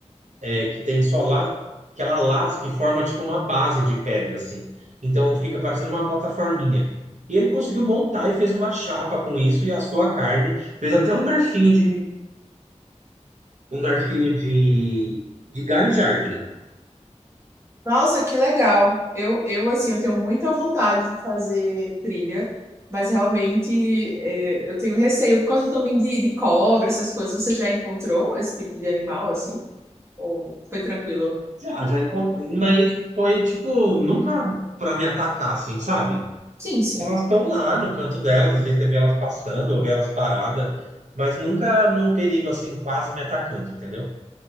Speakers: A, on the right; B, on the right.
A: é que tem solar, que ela lasca e forma tipo uma base de pedra, assim. Então fica parecendo uma plataforminha. E ele conseguiu montar e fez uma chapa com isso e assou a carne. Fez até um garfinho de um garfinho de, de galho de árvore.
B: Nossa, que legal. Eu, eu assim, eu tenho muita vontade de fazer trilha, mas realmente é, eu tenho receio por causa também de, de cobra, essas coisas. Você já encontrou esse tipo de animal, assim? Ou foi tranquilo?
A: Já, já encontrei, mas foi tipo nunca para me atacar, assim, sabe?
B: Sim, sim.
A: Elas estão lá no canto delas, às vezes você vê elas passando ou vê elas paradas, mas nunca num perigo assim quase me atacando, entendeu?